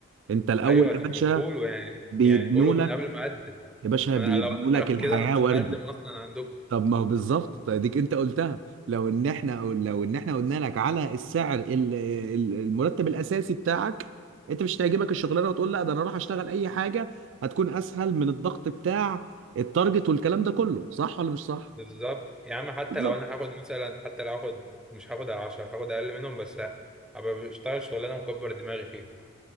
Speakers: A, on the right; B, in the centre.
A: انت الاول
B: ايوه طب
A: يا باشا
B: ما تقولوا يعني
A: بيبنوا
B: يعني قولوا
A: لك
B: من قبل ما اقدم
A: يا باشا
B: ما
A: بيبنوا
B: انا لو انا
A: لك
B: اعرف
A: الحياه
B: كده انا مش
A: وردي
B: هقدم اصلا عندكم
A: طب ما هو بالظبط طيب ديك انت قلتها لو ان احنا أو لو ان احنا قلنا لك على السعر ال- ال- المرتب الاساسي بتاعك انت مش هتعجبك الشغلانه وتقول لا ده انا اروح اشتغل اي حاجه هتكون اسهل من الضغط بتاع التارجت والكلام ده كله صح ولا مش صح؟
B: بالظبط يا عم حتى
A: بالظبط.
B: لو انا هاخد مثلا حتى لو هاخد مش هاخد على 10 هاخد اقل منهم بس ابقى بشتغل شغلانه مكبر دماغي فيها